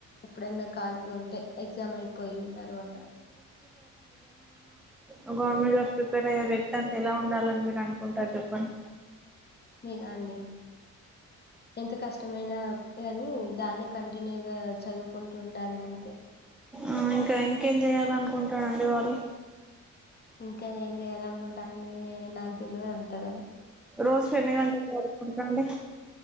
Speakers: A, on the left; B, in the centre.
A: ఎప్పుడన్నా ఖాళీగా ఉంటే ఎగ్జామ్ అయిపోయిన తర్వాత
B: ఓ గవర్నమెంట్ జాబ్ ప్రిపేర్ అయ్యే వ్యక్తి అంటే ఎలా ఉండాలని మీరు అనుకుంటారు చెప్పండి
A: నేన అండి ఎంత కష్టమైన కానీ అని దాన్ని కంటిన్యూగా చదువుకుంటూ ఉండాలి అంతే
B: ఆ ఇంకా ఇంకేం జేయాలి అనుకుంటాడండి వాళ్ళు
A: ఇంకా ఏం చెయాలనుకుంటా ని నాకు తెలివదు అంత గదా
B: రోజుకు ఎన్ని గంటలు చదువు కుంటండే